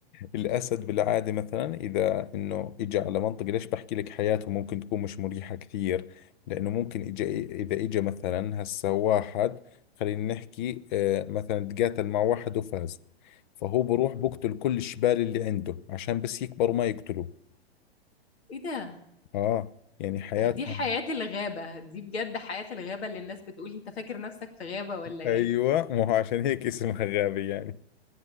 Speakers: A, on the left; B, on the left.
A: الأسد بالعادة مثلا إذا إنه إجا على منطقة ليش بحكي لك حياته ممكن تكون مش مريحة كثير لأنه ممكن إجا إذا إجا مثلا هسا واحد خلينا نحكي آه، مثلا تقاتل مع واحد وفاز فهو بروح بقتل كل الشبال اللي عنده عشان بس يكبروا ما يقتلوه
B: ايه ده
A: اه يعني حياتهم
B: دي حياه الغابه دي بجد حياه الغابه اللي الناس بتقول انت فاكر نفسك في غابه ولا ايه
A: ايوه ما هو عشان هيك اسمها غابة يعني